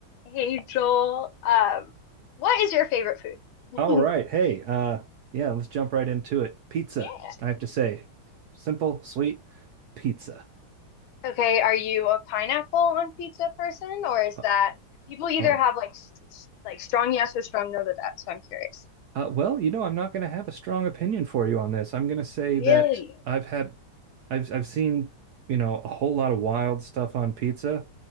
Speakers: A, on the left; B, on the right.
A: Hey Joel, um, what is your favorite food?
B: All right.
A: <laughs>
B: Hey, uh, yeah, let's jump right into it. Pizza,
A: Yeah.
B: I have to say. Simple, sweet pizza.
A: Okay, are you a pineapple on pizza person, or is
B: Uh,
A: that people either
B: Oh,
A: have like s- s- like strong yes or strong no to that? So I'm curious.
B: uh, well, you know, I'm not going to have a strong opinion for you on this. I'm going to say
A: Really?
B: that I've had, I've, I've seen, you know, a whole lot of wild stuff on pizza